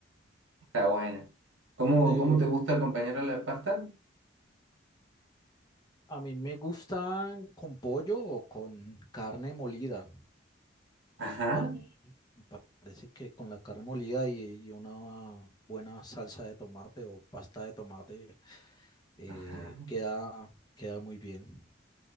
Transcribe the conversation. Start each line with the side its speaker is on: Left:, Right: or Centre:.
Right: está buena. ¿Cómo,
Left: Sí.
Right: cómo te gusta acompañar a la pasta?
Left: A mí me gustan con pollo o con carne molida.
Right: Ajá,
Left: Carne Parece que con la carne molida y, y una buena salsa de tomate o pasta de tomate eh,
Right: ajá.
Left: queda, queda muy bien.